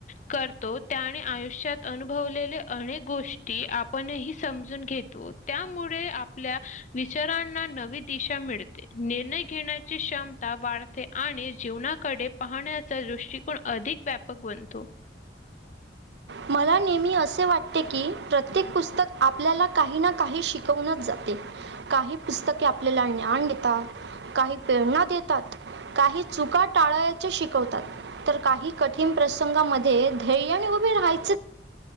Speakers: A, on the left; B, on the right.
A: करतो त्याने आयुष्यात अनुभवलेले अनेक गोष्टी आपण ह समजून घेतो त्यामुळे आपल्या विचारांना नवी दिशा मिळते निर्णय घेण्याची क्षमता वाढते आणि जीवनाकडे पाहण्याचा दृष्टिकोन अधिक व्यापक बनतो
B: मला नेहमी असे वाटते की प्रत्येक पुस्तक आपल्याला काही ना काही शिकवूनच जाते काही पुस्तके आपल्याला ज्ञान देतात काही प्रेरणा देतात काही चुका टाळायचे शिकवतात तर काही कठीण प्रसंगामध्ये धैर्य आणि उभे राहायचे